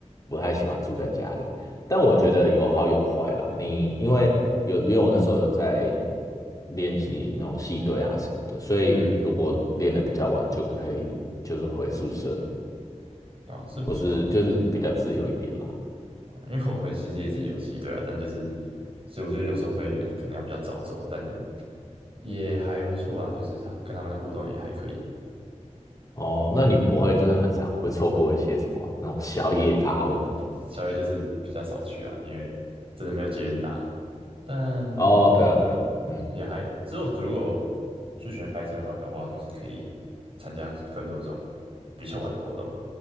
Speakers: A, on the left; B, on the right.
A: 不太喜欢住在家里，但我觉得有好有坏啦。
B: 哦，
A: 你因为有因为我那时候有在练习那种戏队啊什么的，所以如果练得比较晚，
B: 嗯，
A: 就可以就是回宿舍，
B: 啊，是不错啊。
A: 或是就是比较自由一点啦。
B: 因为我其实也是有骑队啊，但就是，所以我觉得有时候会可能要比较早走，但也还不错啊，就是他跟他们的互动也还可以。
A: 哦，那你不会就是很常会错过一些什么那种宵夜趴或者什么？
B: 稍微就是比较少去啊，因为真的没有捷运搭，但也
A: 哦，对啊，对啊，嗯。
B: 也还，之后如果去学开车的话，搞不好就是可以参加更多这种比较晚的活动，